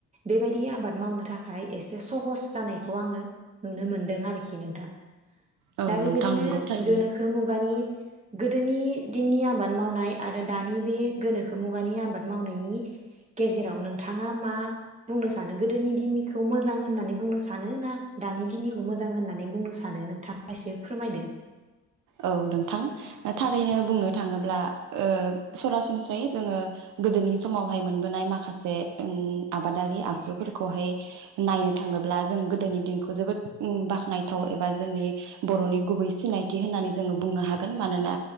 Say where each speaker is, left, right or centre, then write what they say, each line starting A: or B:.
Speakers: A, on the right (about 25°); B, on the right (about 85°).
A: बेबायदि आबाद मावनो थाखाय एसे सहस जानायखौ आङो नुनो मोनदों आरोखि नोंथां।
B: औ
A: दा बेबायदिनो
B: नोंथां नंगौ थारैनो
A: गोनोखो मुगानि गोदोनि दिननि आबाद मावनाय आरो दानि बे गोनोखो मुगानि आबाद मावनायनि जेराव नोंथाङा मा बुंनो सानो? गोदोनि दिनखौ मोजां होननानै बुंनो सानो ना? दानि दिननिखौ मोजां होननानै बुंनो सानो नोंथाङा एसे फोरमायदो।
B: औ नोंथां थारैनो बुंनो थाङोब्ला ओ सरासनस्रायै जोङो गोदोनि समावहाय मोनबोनाय माखासे ओं आबादारि आगजुफोरखौहाय नायनो थाङोब्ला जों गोदोनि दिनखौ जोबोद उम बाख्नायथाव एबा जोंनि बर'नि गुबै सिनाय थि होननानै जोङो बुंनो हागोन मानोना